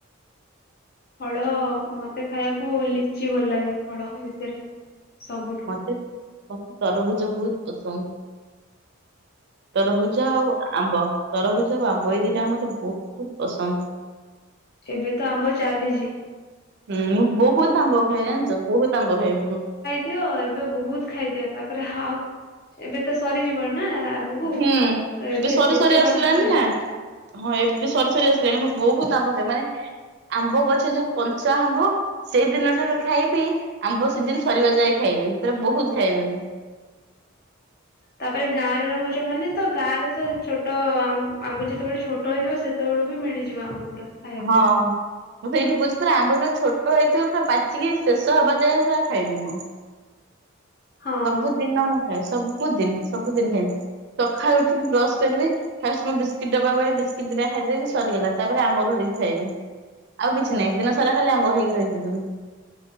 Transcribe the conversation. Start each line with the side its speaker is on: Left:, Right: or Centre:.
Left: ଫଳ ମତେ ଖାଇବାକୁ ଲିଚି ଭଲ୍ ଲାଗେ ଫଳ ଭିତରେ। ସବୁଠୁ।
Right: ମତେ ମତେ ତରୁଭୁଜ ବହୁତ୍ ପସନ୍ଦ୍। ତରଭୁଜ ଆଉ ଆମ୍ବ ତରଭୁଜ ଆଉ ଆମ୍ବ ଏଇ ଦିଟା ମତେ ବହୁତ୍ ପସନ୍ଦ୍।
Left: ଏବେ ତ ଆମ୍ବ ଚାଲିଚି।
Right: ହୁଁ ମୁଁ ବହୁତ୍ ଆମ୍ବ ଖାଏ ଜାନ୍ଚ ବହୁତ୍ ଆମ୍ବ ଖାଏ ମୁଁ।
Left: ଦିଅ ଏବେ ବହୁତ୍ ଖାଇଦିଅ ତାପରେ ହାପ୍ ଏବେ ତ ସରିଯିବନି ନା। ବହୁ
Right: ହୁଁ।
Left: ତ ଏବେ
Right: ସରି
Left: ଯେତେ
Right: ସରି ଆସିଲାଣି
Left: ପାରୁଛ ଖାଇଦିଅ।
Right: ନା ହଁ ଏବେ ସରି ସରି ଆସିଲାଣି ମୁଁ ବହୁତ ଆମ୍ଭ କରେ ମାନେ। ଆମ୍ବ ଗଛ ଯୋଉ କଞ୍ଚା ହବ। ସେଇଦିନ ଠାରୁ ଖାଇବି ଆମ୍ବ ସିଜିିନ ସରିବା ଯାଏ ଖାଇବି ପୁରା ବହୁତୁ ଖାଇବି ମୁଁ।
Left: ତାପରେ ଗାଁ ରେ ରହୁଛ ମାନେ ତ ଗାଁ ରେ ତ ଛୋଟ ଆମ୍ବୁ ଯେତେବେଳେ ଛୋଟ ହେଇଥିବ ସେ ସେତେବେଳୁ ବି ମିଳିଯିବ ଆମ୍ବ ପୁରା। ଖାଇବା
Right: ହଁ।
Left: ପାଇଁ।
Right: ମୁଁ ସେଇଠି କହୁଛି ପୁରା ଆମ୍ବ ଯେବେ ଛୋଟ ହେଇଥିବ ପୁରା ପାଚିକି ଶେଷ ହବା ଯାଏ ପୁରା ଖାଇବି ମୁଁ।
Left: <unintelligible> ହଁ
Right: ସବୁଦିନ ମୁଁ ଖାଏ ସବୁଦିନ ସବୁଦିନ ଖାଇମି। ସକାଳୁ ଉଠିବି ବ୍ରସ କରିବି ଫାଷ୍ଟ ମୁଁ ବିସ୍କିଟ୍ ଡ଼ବାକୁ ବିସ୍କିଟ ଦି ଟା ଖାଇଦେବି ସରିଗଲା ତାପରେ ଆମ୍ବ ଧରିକି ଖାଇବି ଆଉ କିଛି ନାହିଁ ଦିନ ସାରା ଖାଲି ଆମ୍ବ ହେଇକି ରହିଯିବି ମୁଁ।